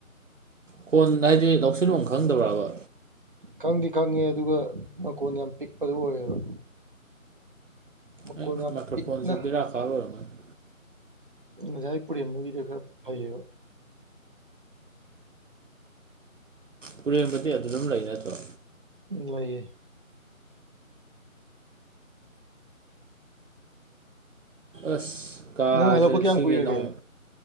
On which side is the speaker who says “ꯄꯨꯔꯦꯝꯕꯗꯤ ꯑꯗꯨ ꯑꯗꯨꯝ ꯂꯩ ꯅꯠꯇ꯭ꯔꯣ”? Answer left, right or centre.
Right